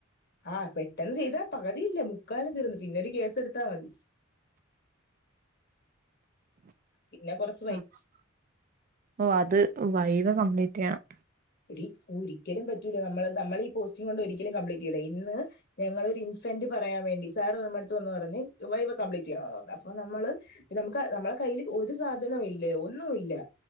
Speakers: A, on the left; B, on the right.
A: ആഹ് പെട്ടെന്ന് ചെയ്താ പകുതിയില്ല മുക്കാലും തീർന്ന് പിന്നൊരു കേസെടുത്താ മതി. പിന്നെ കൊർച്ച്
B: ആഹ് ഓ അത് വൈവ കംപ്ലീറ്റയ്യണം.
A: എടി ഒരിക്കലും പറ്റൂല നമ്മള് നമ്മൾ ഈ പോസ്റ്റിങ്ങൊണ്ട് ഒരിക്കലും കംപ്ലീറ്റയ്യുല ഇന്ന് ഞങ്ങളൊരു ഇൻഫന്റ് പറയാൻ വേണ്ടി സാറ് നമ്മുടുത്ത് വന്ന് പറഞ്ഞ് വൈവ കംപ്ലീറ്റ്യ്യണന്ന് പറഞ്ഞു അപ്പൊ നമ്മള്. നമുക്ക് നമ്മളെ കയ്യില് ഒരു സാധനു ഇല്ല ഒന്നുല്ല